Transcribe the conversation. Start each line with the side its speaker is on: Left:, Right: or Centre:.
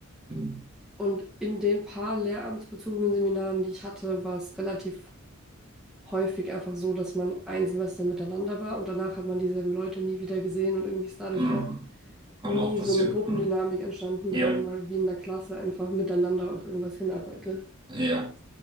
Right: mhm.
Centre: Und in den paar lehramtsbezogenen Seminaren, die ich hatte, war es relativ häufig einfach so, dass man ein Semester miteinander war und danach hat man dieselben Leute nie wieder gesehen und irgendwie ist dadurch
Right: Mhm.
Centre: auch
Right: kann
Centre: nie
Right: auch passieren.
Centre: so eine Gruppendynamik
Right: Mhm.
Centre: entstanden,
Right: Ja.
Centre: wo man mal wie in der Klasse einfach miteinander auf irgendwas hinarbeitet.
Right: Ja,